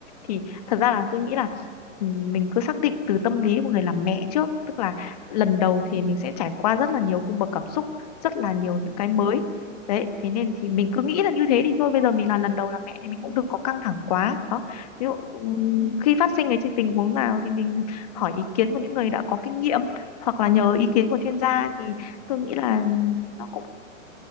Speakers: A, on the left; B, on the right.
A: thì thật ra là tôi nghĩ là ừm, mình cứ xác định từ tâm lý của người làm mẹ trước tức là lần đầu
B: ừ
A: thì mình sẽ trải qua rất là nhiều cung bậc cảm xúc rất là nhiều những cái
B: ừ
A: mới đấy thế nên thì mình cứ nghĩ là như thế thì thôi bây giờ mình là lần đầu làm mẹ thì mình
B: ừ
A: cũng đừng có căng thẳng quá đó ví dụ ừm,
B: ừ
A: khi phát sinh cái chi- tình huống nào thì mình hỏi ý kiến của những người đã có kinh nghiệm hoặc là nhờ ý kiến của chuyên
B: ừ
A: gia thì tôi nghĩ là
B: ừ
A: nó cũng